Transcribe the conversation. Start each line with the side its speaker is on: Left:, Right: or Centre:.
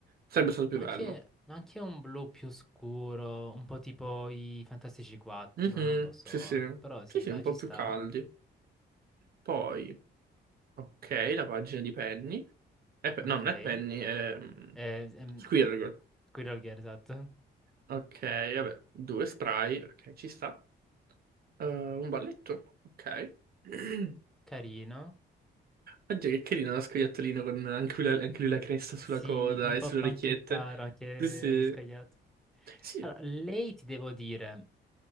Right: sarebbe stato più
Centre: ma
Right: bello.
Centre: anche, ma anche un blu più scuro, un po' tipo i Fantastici 4,
Right: Mhm,
Centre: non lo so.
Right: Sì, sì.
Centre: Però sì,
Right: Sì, sì,
Centre: dai,
Right: un po'
Centre: ci sta.
Right: più caldi. Poi, ok, la pagina di Penny. Eh, pe-
Centre: Ok.
Right: no, non
Centre: Eh,
Right: è Penny, è mm,
Centre: ehm,
Right: Squirrel.
Centre: Squirrel Girl, esatto.
Right: Ok, vabbè, due spray. Ok, ci sta. Eh, un balletto. Ok. <clears throat>
Centre: Carino.
Right: Oggi che carino lo scoiattolino con anche lui, la, anche lui la cresta sulla
Centre: Sì,
Right: coda
Centre: un
Right: e
Centre: po'
Right: sulle
Centre: panchettaro,
Right: orecchiette.
Centre: anche
Right: Sì, sì.
Centre: ho scagliato.
Right: Sì.
Centre: Allora, lei ti devo dire,